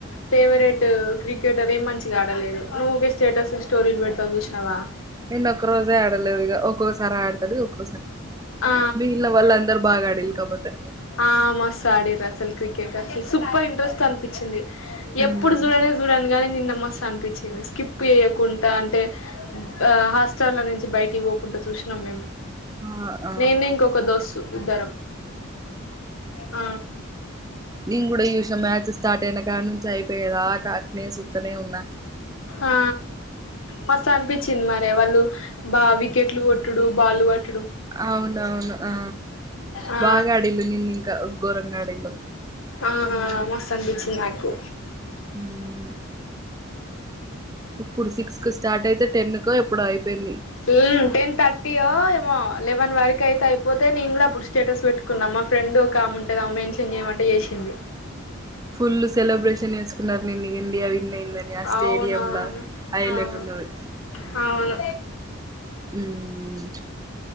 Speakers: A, on the left; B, on the right.
A: ఫేవరెట్ క్రికెటర్ ఏం మంచిగా ఆడలేదు నువ్వు ఊకె స్టేటస్ స్టోరీలు పెట్ ట్ల చూసినవా
B: నేన్న ఒక్క రోజే ఆడలేదు ఒక్కొక్కసారి ఆడతాడు ఒక్కొక్క
A: ఆ
B: మీగిలిన వాళ్ళు అందరు బాగా ఆడిలు కాపోతే
A: ఆ మస్త్ అడిండ్రు అసలు క్రికెట్ అసలు సూపర్ ఇంట్రెస్ట్ అనిపించింది
B: ఉమ్
A: ఎప్పుడు చూడనే చూడనుగానీ నిన్నమ్మ మస్త్ అనిపించింది స్కిప్ చేయకుండా అంటే ఆ హాస్టల్ల నుంచి బయటికి పోకుండా చూసిన అ మేం
B: ఆ ఆ
A: నేను ఇంకొక దోస్తు ఇద్దరం ఆ
B: నీ కూడా చుసిన మచ్ స్టార్ట్ అయిన క నుంచి అయిపోయేదా అట్లే చూస్తానే ఉన్నా
A: ఆ మస్త అనిపించింది మరి వాళ్ళు బా వికెట్లు కొట్టుడు బాలు వట్
B: అవునవును ఆ
A: ఆ
B: బాగా ఆడిన్లు నిన్న ఇంకా గోరంగా ఆడింరు
A: ఆ మస్త్ అనిపించింది నాకు
B: మ్మ్. ఇప్పుడు సిక్స్ కు స్టార్ట్ అయితే టెన్ కు ఎప్పుడు అయిపోయింది
A: ఉమ్ టెన్ థర్టీ యో ఏమో లెవన్ వక్ అయితే అయిపోతే నేను కూడా అప్పుడు స్టేటస్ పెట్టుకున్నాం మా ఫ్రెడ్ ఒక ఉంటుదామా మెన్షన్ చేయమంటే చేసి ఇంది
B: ఫుల్ సెలబ్రేషన్ చేసుకున్నారు నిన్న ఇండియా విన్ అయింది అని ఆ స్టేడియంలా
A: అవునా
B: హైలెట్
A: అవును
B: ఉన్నది
A: అవును
B: ఉహు